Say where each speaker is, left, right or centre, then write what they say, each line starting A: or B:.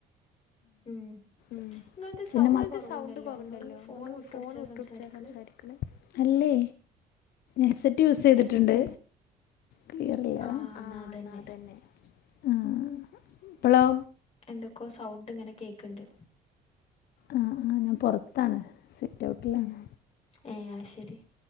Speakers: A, on the left; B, on the left.
A: ഉം
B: ഉം
A: നിങ്ങളത്
B: പിന്ന
A: സൗണ്ട്
B: <unintelligible> <unintelligible>
A: കുറവുണ്ടല്ലോ
B: സൗണ്ട് കൊറണ്ടല്ലോ
A: നിങ്ങള്
B: ഇങ്ങള്
A: വിട്ടുപിടിച്ചാ
B: ഫോൺ വിട്ട്പിടിച്ച
A: സംസാരിക്കണേ
B: സംസാരിക്കുന്നേ അല്ലേ ഹെഡ്സെറ്റ് യൂസ് ചെയ്തിട്ടുണ്ട്
A: ഏ
B: ക്ലിയറില്ലാ
A: ആ എന്നാ
B: ആഹ്
A: അതന്നെ
B: ന്നാ അത്ന്നെ ആഹ് ഇപ്പളോ
A: എന്തൊക്കോ സൗണ്ട് ഇങ്ങനെ കേക്ക്‌ണ്ട്
B: ആഹ് ആഹ് ഞാൻ പൊറത്താണ് സിറ്റ്ഔട്ടിലാണ്
A: ഏഹ് ശരി